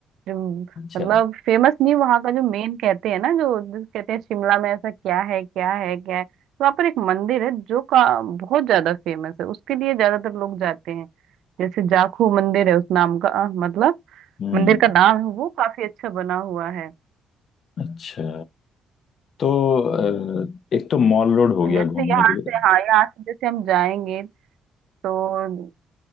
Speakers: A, on the right; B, on the left.
A: जो मतलब
B: अच्छा
A: फेमस नहीं वहां का जो मेन कहते हैं ना जो जिस कहते हैं शिमला में ऐसा क्या है क्या है क्या है तो वहां पर एक मंदिर है जो का बहुत ज्यादा फेमस है उसके लिए ज्यादातर लोग जाते हैं जैसे जाखू मंदिर है उस नाम का अ, मतलब
B: हम्म
A: मंदिर का नाम है वो काफी अच्छा बना हुआ है
B: अच्छा तो अ, एक तो मॉल रोड हो गया
A: जैसे
B: घूमने
A: यहाँ
B: के लिए
A: से हाँ यहाँ से जैसे हम जाएंगे तो